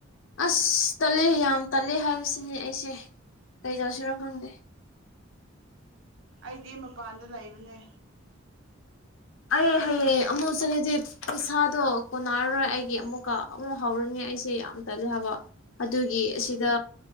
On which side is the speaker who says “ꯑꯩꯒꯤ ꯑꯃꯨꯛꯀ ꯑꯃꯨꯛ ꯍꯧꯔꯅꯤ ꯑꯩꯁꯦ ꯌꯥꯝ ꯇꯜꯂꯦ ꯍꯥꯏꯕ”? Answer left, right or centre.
Left